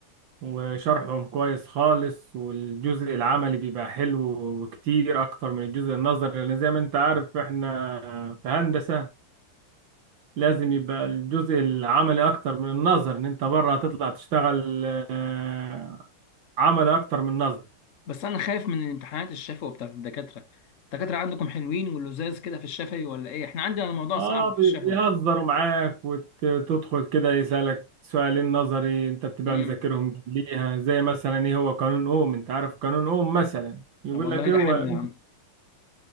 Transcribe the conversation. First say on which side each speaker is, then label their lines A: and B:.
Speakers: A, on the right; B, on the left.
A: وشرحهم كويس خالص والجزء العملي بيبقى حلو كتير أكتر من الجزء النظري لأن زي ما أنت عارف إحنا في هندسة لازم يبقى الجزء العملي اكتر من النظر ان انت بره هتطلع تشتغل آه، عملي اكتر من نظر
B: بس انا خايف من الامتحانات الشفوي بتاعت الدكاتره الدكاتره عندكم حلوين واللزاز كده في الشفوي ولا ايه احنا عندنا الموضوع
A: اه
B: صعب في
A: بي-
B: الشفوي
A: بيهزروا معاك وتدخل كده يسألك سؤالين نظري انت بتبقى
B: امم
A: مذاكرهم قبليها زي مثلا ايه هو قانون اوم انت عارف قانون اوم مثلا يقول
B: طب والله
A: لك ايه
B: ده
A: هو
B: حلو يا عم